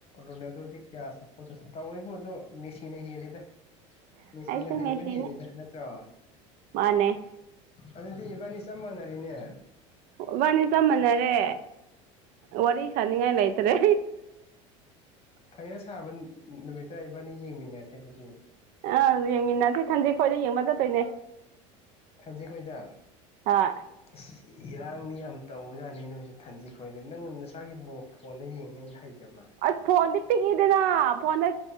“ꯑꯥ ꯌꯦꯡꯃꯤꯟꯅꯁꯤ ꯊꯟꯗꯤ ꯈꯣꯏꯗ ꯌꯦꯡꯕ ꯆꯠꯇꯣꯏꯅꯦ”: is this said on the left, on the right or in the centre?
Right